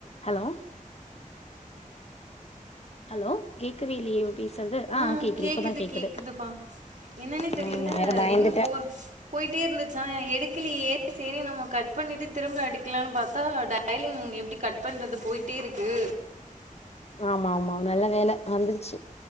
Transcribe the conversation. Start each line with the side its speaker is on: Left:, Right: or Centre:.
Left: Hello hello கேக்கவே இல்லியே இல் பேசுறது
Right: ஆ
Left: அ கேக்குது இப்பதா கேக்குது
Right: கேக்குதுப்பா என்னன்னே தெரியல
Left: ஆ நா வேற பயந்துட்டே
Right: ரிங்கு போ போயிட்டு போய்ட்டே இருந்துச்சா எடுக்கலியே சேரி நம்ம கட் பண்ணிட்டு திரும்ப அடிக்கலாம்னு பாத்தா டயலிங் எப்ப கட் பண்றது போயிட்டே இருக்கு
Left: ஆமா ஆமா நல்ல வேல வந்துருச்சு